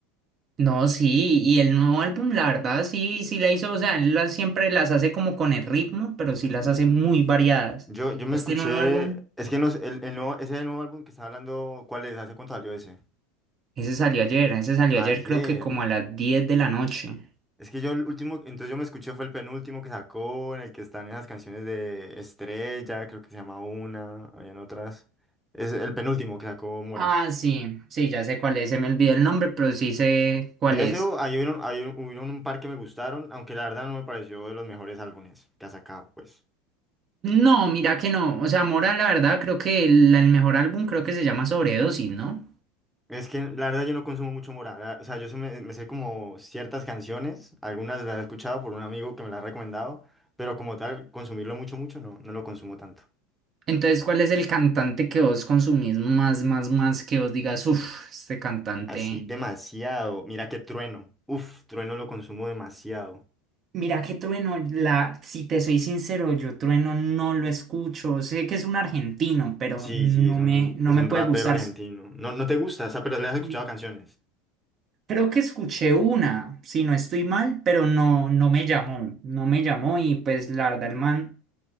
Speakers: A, on the right; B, in the centre.
A: No, sí, y el nuevo álbum, la verdad, sí, sí la hizo, o sea, él las- siempre las hace como con el ritmo, pero sí las hace muy variadas.
B: Yo, yo me
A: Este
B: escuché,
A: nuevo álbum,
B: es que no sé, el, el nuevo, ese nuevo álbum que estaba hablando, ¿cuál es? ¿Hace cuánto salió ese?
A: ese salió ayer, ese salió
B: Ayer.
A: ayer creo que como a las 10 de la noche.
B: Es que yo el último, entonces yo me escuché fue el penúltimo que sacó, en el que están esas canciones de Estrella, creo que se llama una, habían otras. Es el penúltimo que sacó Mora.
A: Ah, sí, sí, ya sé cuál es, se me olvidó el nombre, pero sí sé cuál
B: De
A: es.
B: ese o- hay un, hay un, hubieron un par que me gustaron, aunque la verdad no me pareció de los mejores álbumes que ha sacado, pues.
A: No, mira que no. O sea, Mora, la verdad, creo que el, el mejor álbum creo que se llama Sobredosis, ¿no?
B: Es que la verdad yo no consumo mucho Morat, o sea, yo se me, me sé como ciertas canciones, algunas las he escuchado por un amigo que me las ha recomendado, pero como tal, consumirlo mucho, mucho, no, no lo consumo tanto.
A: Entonces, ¿cuál es el cantante que vos consumís más, más, más que vos digas, uff, este cantante.
B: Así demasiado, mira que Trueno, uf, Trueno lo consumo demasiado.
A: Mira que Trueno, la, si te soy sincero, yo Trueno no lo escucho. Sé que es un argentino, pero
B: Sí,
A: no
B: sí, es un,
A: me, no
B: es
A: me
B: un
A: puede
B: rapero
A: gustar.
B: argentino.
A: S-
B: No, no te gusta, o sea, pero le has escuchado
A: mm,
B: canciones.
A: Creo que escuché una, si no estoy mal, pero no, no me llamó. No me llamó y pues la verdad, el man.